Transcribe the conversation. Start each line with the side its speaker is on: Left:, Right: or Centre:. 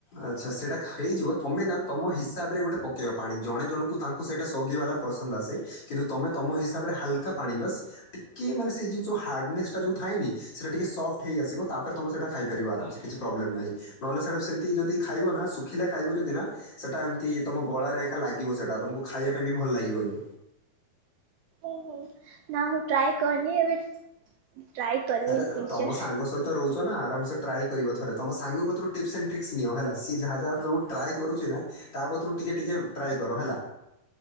Left: ଆଚ୍ଛା ସେଇଟା ଖା ହେଇଯିବ ତମେ ନା ତମ ହିସାବରେ ଗୋଟେ ପକେଇବ ପାଣି ଜଣେ ଜଣଙ୍କୁ ତାଙ୍କ କୁ ସେଇଟା ସୋଗିବାଲା ପସନ୍ଦ ଆସେ କିନ୍ତୁ ତୁମେ ତମ ହିସାବରେ ହାଲକା ପାଣି ବାସ ଟିକେ ମାନେ ସେ ଜିନିଷ ହାର୍ଡନେସ୍ ଟା ଯୋଉ ଥାଏନି ସେଟା ଟିକେ ସଫ୍ଟ ହେଇ ଆସିବ ତାପରେ ତମେ ସେଟା ଖାଇପାରିବ ଆରାମସେ କିଛି ପ୍ରୋବ୍ଲେମ୍ ନାହିଁ। ନହେଲେ ସେଡ଼ା ସେମିତି ଯଦି ଖାଇବ ନା ଶୁଖିଲା ଖାଇବ ଯଦି ନା ସେଟା ଏମିତି ତମ ଗଳାରେ ଏକା ଲାଗିବ ସେଟା ତମକୁ ଖାଇବା ପାଇଁ ବି ଭଲ ଲାଗିବନି।
Right: ଓହୋ ନା ମୁଁ ଟ୍ରାଏ କରିନି ଏବେ ଟ୍ରାଏ କରିବି
Left: ଆରେ
Right: ନିସ୍ଚୟ।
Left: ତମ ସାଙ୍ଗ ସହିତ ରହୁଛ ନା ଆରାମସେ ଟ୍ରାଏ କରିବ ଥରେ ତମ ସାଙ୍ଗ କତିରୁ ଟିପସ ଆଣ୍ଡ ଟ୍ରିକ୍ସ ନିଅ ହେଲା ସିଏ ଯାହା ଯାହା ସବୁ ଟ୍ରାଏ କରୁଛି ନା ତା କତୁରୁ ଟିକେ ଟିକେ ଟ୍ରାଏ କର ହେଲା।